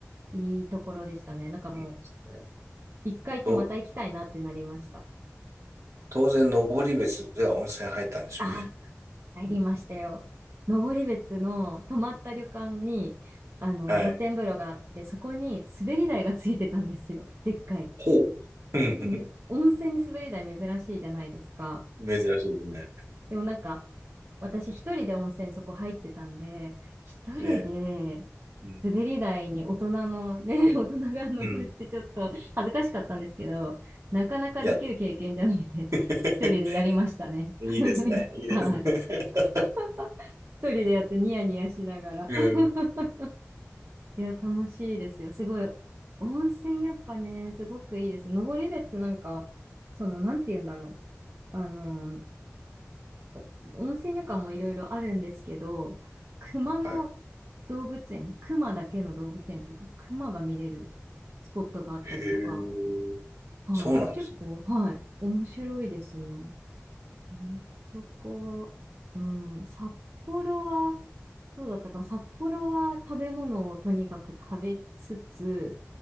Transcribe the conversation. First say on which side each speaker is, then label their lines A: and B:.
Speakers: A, on the right; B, on the right.
A: いいところでしたね。なんかもう
B: いいですね。
A: 一回行ってまた行きたいなってなりました。
B: と、当然、登別では温泉入ったんでしょうね。
A: あ入りましたよ。登別の泊まった旅館に、あの、
B: はい。
A: 露天風呂があって、そこに滑り台がついてたんですよ。でっかい。
B: ほう。うん
A: で、温泉に滑り台珍しいじゃないですか。
B: 珍しいですね。
A: でもなんか、私一人で温泉そこ入ってたんで、一人で
B: ね。うん。
A: 滑り台に大人のね、<laughs> 大人が乗るってちょっと恥ずかしかったんですけど、
B: うん。
A: なかなかできる経験じゃなくて、
B: うん。やった。<laughs>
A: 一人でやりましたね。
B: いいですね。
A: <laughs>
B: いいですね。
A: はい。<laughs> 一人でやってニヤニヤしながら。
B: <laughs> うん。
A: <laughs> いや、楽しいですよ。すごい。温泉やっぱね、すごくいいです。登別なんか、その、なんて言うんだろう。あの、お温泉旅館もいろいろあるんですけど、熊の
B: はい。
A: 動物園、熊だけの動物園というか、熊が見れるスポットがあったりとか、
B: へえ。
A: はい。
B: そうなんですね。
A: 結構、はい。面白いですね。うんそこは、うん、札幌は、どうだったかな札幌は食べ物をとにかく食べつつ、